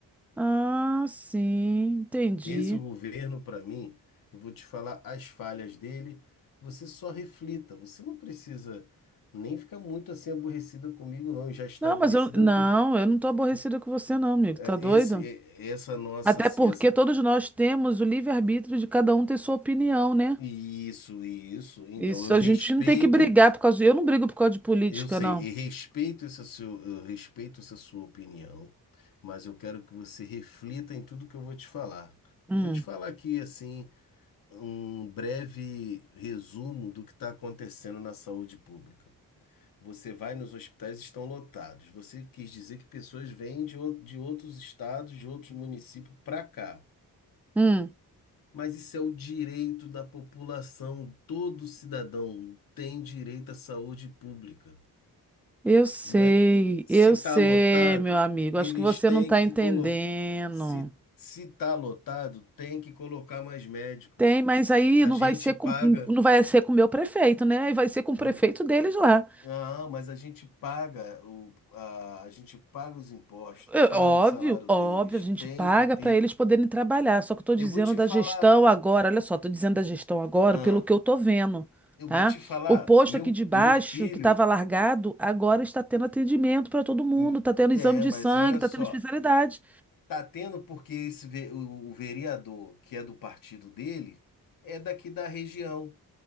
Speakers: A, in the centre; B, on the left (about 60°).
A: Ah, sim, entendi.
B: Esse governo, para mim, eu vou te falar as falhas dele. Você só reflita. Você não precisa nem ficar muito assim aborrecida comigo, não. Já está
A: Não,
B: aborrecida
A: mas eu não,
B: por,
A: eu não tô aborrecida
B: por
A: com você não, amigo. Tá
B: é,
A: doido?
B: esse, é, essa nossa,
A: Até
B: assim,
A: porque
B: essa.
A: todos nós temos o livre-arbítrio de cada um ter sua opinião, né?
B: Isso, isso. Então
A: Isso
B: eu
A: a
B: respeito,
A: gente não tem que brigar por causa de... Eu não brigo por causa de política,
B: eu sei,
A: não.
B: e respeito essa sua, eu respeito essa sua opinião, mas eu quero que você reflita em tudo que eu vou te falar.
A: Hum,
B: Eu vou te falar aqui assim um breve resumo do que está acontecendo na saúde pública. Você vai nos hospitais, estão lotados. Você quis dizer que pessoas vêm de, ou- de outros estados, de outros municípios para cá.
A: hum.
B: Mas isso é o direito da população, todo cidadão tem direito à saúde pública,
A: Eu sei,
B: não é? Se
A: eu
B: está
A: sei,
B: lotado,
A: meu amigo.
B: eles
A: Acho que você
B: têm
A: não tá
B: que
A: entendendo.
B: colocar. Se se está lotado, tem que colocar mais médico.
A: Tem, mas aí
B: A
A: não
B: gente
A: vai ser
B: paga.
A: com, não vai ser com o meu prefeito, né? E vai ser com o prefeito
B: Hum,
A: deles lá.
B: Ah, mas a gente paga o, a, a gente paga os impostos,
A: É,
B: paga
A: Óbvio,
B: o salário
A: óbvio,
B: deles,
A: a gente
B: tem
A: paga
B: que ter.
A: para eles poderem trabalhar. Só que eu estou dizendo
B: Eu vou te
A: da
B: falar,
A: gestão agora, olha só, estou dizendo da gestão agora
B: ah,
A: pelo que eu estou vendo,
B: eu
A: tá?
B: vou te falar,
A: O posto
B: meu,
A: aqui de baixo,
B: meu filho.
A: que estava largado, agora está tendo atendimento para todo mundo,
B: Hum,
A: está tendo
B: É,
A: exame de
B: mas
A: sangue,
B: olha
A: está
B: só,
A: tendo especialidade.
B: tá tendo porque esse ve- o, o vereador que é do partido dele é daqui da região.